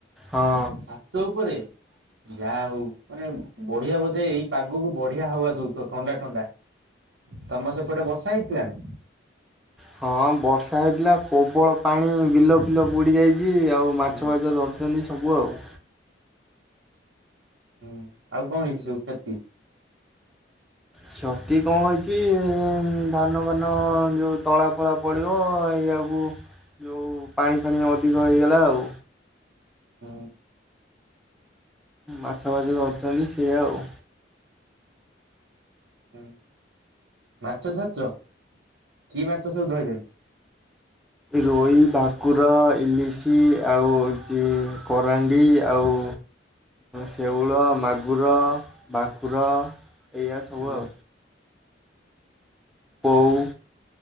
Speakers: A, in the centre; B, on the right.
A: ହଁ।
B: ଓହୋ ଛାତ ଉପରେ, ଯାହା ହଉ, ମାନେ ବଢିଆ ବୋଧେ ଏଇ ପାଗ୍ ବଢିଆ ହାୱା ଦଉଥିବ, ଥଣ୍ଡା ଥଣ୍ଡା, ତମ ସେପଟେ ବସା ହେଇଥିଲାନା?
A: ହଁ ବର୍ଷା ହେଇଥିଲା, ପ୍ରବଳ ପାଣି, ବିଲ ଫିଲ ବୁଡି ଯାଇଚି, ଆଉ
B: ହୁଁ
A: ମାଛ ଫାଚ ଧରି ଚନ୍ତି ସବୁ ଆଉ।
B: ହୁଁ, ଆଉ କଣ ହେଇଚି ସବୁ କ୍ଷତି?
A: କ୍ଷତି କଣ ହେଇଚି, ଧାନ ଫାନ ଯୋଉ ତଳା ଫଳା ପଡିବ, ଏଇଆକୁ କୁ ଯୋଉ ପାଣି ଫାଣି ଅଧିକ ହେଇଗଲା ଆଉ।
B: ହୁଁ
A: ମାଛ ଫାଛ ଧରୁଚନ୍ତି ସିଏ ଆଉ।
B: ଉ ମାଛ ଧରିଚ, କି ମାଛ ସବୁ ଧଇଲଣି?
A: ରୋହି, ଭାକ୍ କୁର, ଇଲିଶି ଆଉ ହଉଚି କରାଣ୍ଡି ଆଉ ଶେଉଳ, ମାଗୁର, ଭାକୁର ଏଇଆ ସବୁ
B: ହୁଁ
A: ଆଉ। କୋଉ।